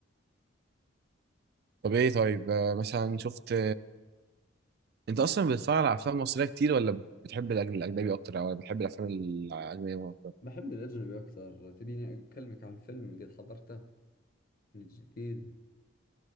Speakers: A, on the right; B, on the left.
A: طب ايه طيب آه، مثلا شفت انت اصلا بتتفرج على افلام مصريه كتير ولا بت- بتحب الأج- الاجنبي اكتر او بتحب الافلام الاجنبيه اكتر
B: بحب الأجنبي أكثر تبيني أكلمك عن فيلم قد حضرته من الجديد